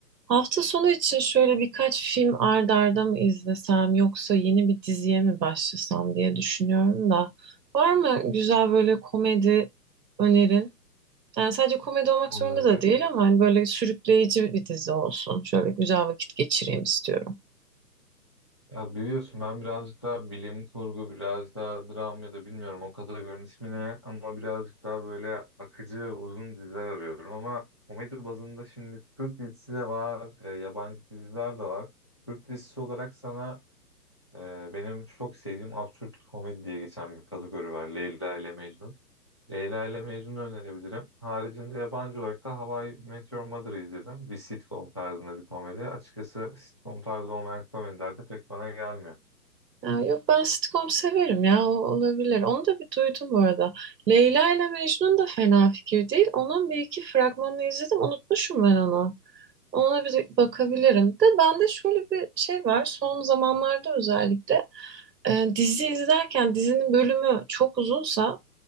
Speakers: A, on the right (about 80°); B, on the left (about 20°).
A: Hafta sonu için şöyle birkaç film ard arda mı izlesem yoksa yeni bir diziye mi başlasam diye düşünüyorum da. Var mı güzel böyle komedi önerin? Yani sadece komedi olmak
B: Onları.
A: zorunda da değil ama hani böyle sürükleyici bir dizi olsun. Şöyle güzel vakit geçireyim istiyorum.
B: Ya biliyorsun ben birazcık daha bilim kurgu, biraz daha dram ya da bilmiyorum o kategorinin ismi ne ama birazcık daha böyle akıcı ve uzun diziler arıyorum ama komedi bazında şimdi Türk dizisi de var, e, yabancı diziler de var. Türk dizisi olarak sana e, benim çok sevdiğim absürt komedi diye geçen bir kategori var. Leyla ile Mecnun. Leyla ile Mecnun'u önerebilirim. Haricinde yabancı olarak da How I Met Your Mother'ı izledim. Bir sitcom tarzında bir komedi. Açıkçası sitcom tarzı olmayan komediler de pek bana gelmiyor.
A: Ya yok ben sitcom severim ya o olabilir. Onu da bir duydum bu arada. Leyla ile Mecnun da fena fikir değil. Onun bir iki fragmanını izledim. Unutmuşum ben onu. Ona bir bakabilirim. De bende şöyle bir şey var. Son zamanlarda özellikle e, dizi izlerken dizinin bölümü çok uzunsa